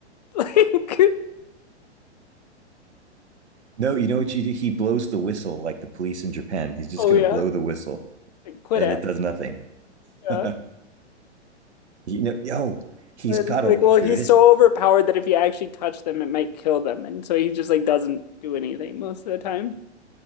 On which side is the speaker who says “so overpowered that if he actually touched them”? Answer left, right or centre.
Left